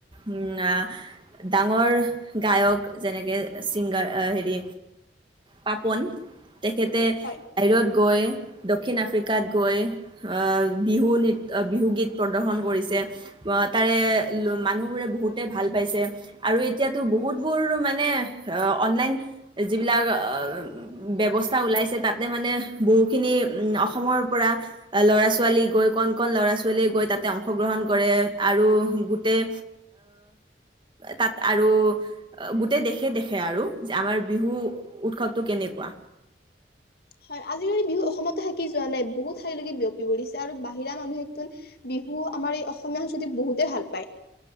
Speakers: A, on the right (about 30°); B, on the left (about 60°).
A: উম আ ডাঙৰ গায়ক যেনেকে ছিংগাৰ অ হেৰি পাপন হেতে
B: হয়।
A: বাহিৰত গৈ দক্ষিণ আফ্ৰিকাত গৈ অ । বিহু নৃত্য অ বিহু গীত প্ৰদৰ্শন কৰিছে। অ তাৰে ল- মানুহবোৰে বহুতে ভাল পাইছে আৰু এতিয়াতো বহুতবোৰ মানে অ -অনলাইন যিবিলাক অ ব্যৱস্থা ওলাইছে, তাতে মানে বহুখিনি উম অসমৰ পৰা অ ল'ৰা ছোৱালীক গৈ কণ-কণ ল'ৰা ছোৱালীয়ে গৈ তাতে অংশগ্ৰহণ কৰে, আৰু গোটেই তাত আৰু গোটেই দেশে-দেশে আৰু যে আমাৰ বিহু উৎসৱটো কেনেকুৱা
B: হয়', আজিকালি বিহু অসমতে থাকি যোৱা নাই, বহুত ঠাইলৈকে বিয়পি পৰিছে আৰু বাহিৰা মানুহেতোন বিহু আমাৰ এই অসমীয়া সংস্কৃতিত বহুতেই ভাল পায়।